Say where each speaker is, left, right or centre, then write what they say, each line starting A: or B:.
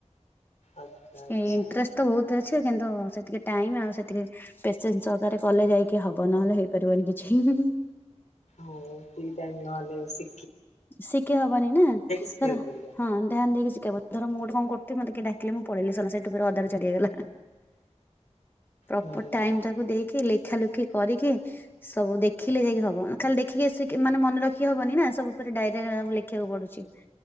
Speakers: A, on the left; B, on the left.
A: ଆଚ୍ଛା ଆଚ୍ଛା।
B: ଇଣ୍ଟରେଷ୍ଟ ତ ବହୁତ ଅଛି କିନ୍ତୁ ସେତିକି ଟାଇମ ଆଉ ସେତିକି ପେସେଣ୍ସ ସହକାରେ କଲେ ଯାଇକି ହବ ନହେଲେ ହେଇପାରିବନି କିଛି।
A: ହଁ ଠିକ୍ ଟାଇମ ନହେଲେ ଶି
B: ଶିଖି ହବନି ନା
A: ଶିଖିବାକୁ
B: ତାର
A: ପଡିବ।
B: ହଁ ଧ୍ୟାନ ଦେଇକି ଶିଖେଇବ। ଧର ମୁଁ ଗୋଟେ କଣ କରୁଥିଲି ମତେ କିଏ ଡାକିଲେ ମୁଁ ପଳେଇଲିି ସଲା ସେଠୁ ପୁରା ଅଧାରୁ ଛାଡ଼ିହେଇଗଲା। ପ୍ରପର
A: ହୁଁ
B: ଟାଇମ ତାକୁ ଦେଇକି ଲେଖା ଲୁଖି କରିକି ସବୁ ଦେଖିଲେ ଯାଇକି ହବ ଖାଲି ଦେଖିକି ମାନେ ମନେ ରଖି ହବନି ନା ସବୁ। ମତେ ଡାଇରୀ ରେ ଲେଖିବାକୁ ପଡୁଛି।